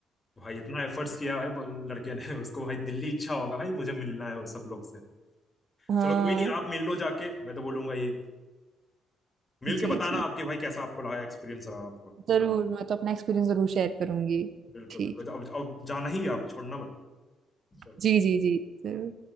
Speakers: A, on the left (about 25°); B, on the right (about 60°).
A: भाई इतना एफर्ट्स किया भाई लड़के ने <laughs> उसको भाई दिल्ली इच्छा होगा भाई मुझे मिलना है वो सब लोग से
B: हाँ
A: चलो कोई नहीं आप मिल लो जाके मैं तो बोलूंगा ये मिल
B: जी
A: के बताना
B: जी
A: आपके भाई कैसा आपको लगा एक्सपीरियंस रहा आपको
B: वाह जरूर मैं तो अपना एक्सपीरियंस जरूर शेयर करूंगी
A: बिल्कुल
B: ठीक
A: बिल्कुल अब अब जाना ही है आप छोड़ना मत
B: जी जी जी जरूर